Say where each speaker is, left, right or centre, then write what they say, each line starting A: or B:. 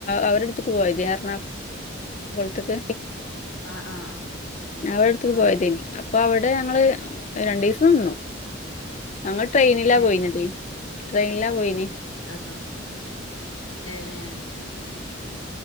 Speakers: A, on the left; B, on the left.
A: അവടെടുത്തക്ക് പോയത് എറണാ വത്തത്
B: ആ ആ ആ
A: അവിടെടുത്തക്ക്
B: ആ
A: പോയതേനി അപ്പൊ അവിടെ ഇവിടെ ഞങ്ങള് രണ്ടു ദിവസം നിന്നു അങ്ങ ട്രെയിനിലാ
B: ഏ
A: പോയിത് ട്രെയിനാ പോയിനി
B: ത്ര ഏ ഉ